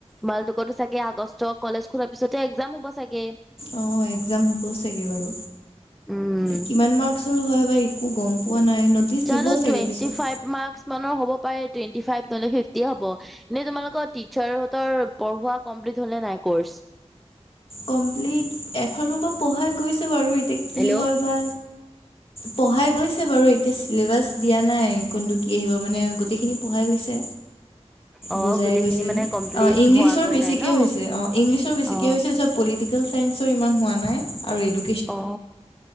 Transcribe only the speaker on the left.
অঁ এক্জাম হ'ব চাগৈ বাৰু।
কিমান মাৰ্কচৰ হয় বা, একো গম পোৱা নাই নটিচ
দিব চাগে
পিছত।
কমপ্লিট এফাল পৰা পঢ়াই গৈছে বাৰু এতিয়া কি
হয় বা। পঢ়াই গৈছে বাৰু এতিয়া চিলেবাচ দিয়া নাই, কোনটো কি আহিব মানে গতিকে, খিনি পঢহাই গৈছে।
বুজাই
গৈছে
অ ইংলিছৰ
বেছিকে
হৈছে অ ইংলিছৰ বেছিকে
হৈছে। চব পলিটিকেল চাইন্সৰ ইমান হোৱা নাই আৰু এদু